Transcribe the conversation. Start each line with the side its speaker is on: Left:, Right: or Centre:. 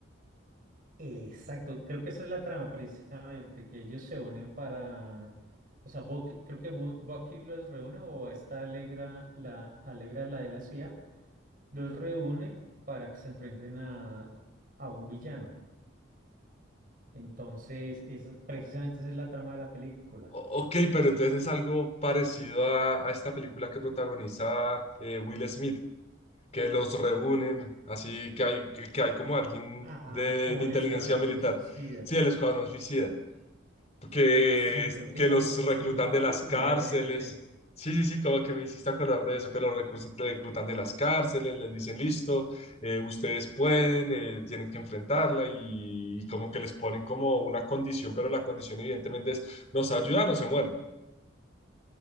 Right: Exacto, creo que esa es la trama precisamente, que ellos se unen para, o sea, Bucky- creo que Bu- Bucky los reúne o esta Alegra, la Alegra, la de la CIA, los reúne para que se enfrenten a, a un villano. Entonces, esa- precisamente esa es la trama de la película.
Left: O- Ok, pero entonces es algo parecido a, a esta película que protagoniza eh, Will Smith, que los reúnen, así que hay, que, que hay como alguien
Right: Ah,
Left: de,
Right: como
Left: de
Right: el
Left: inteligencia
Right: escuadrón
Left: militar,
Right: suicida.
Left: sí, el Escuadrón Suicida, que,
Right: Sí,
Left: es-
Right: creo que
Left: que
Right: es
Left: los
Right: algo,
Left: reclutan
Right: es algo
Left: de las
Right: similar,
Left: cárceles,
Right: de hecho, sí.
Left: sí, sí, sí, como que me hiciste acordar de eso, que los recursos- reclutan de las cárceles, les dicen listo, eh, ustedes pueden, eh, tienen que enfrentarla y, y como que les ponen como una condición, pero la condición evidentemente es nos ayudan o se mueren.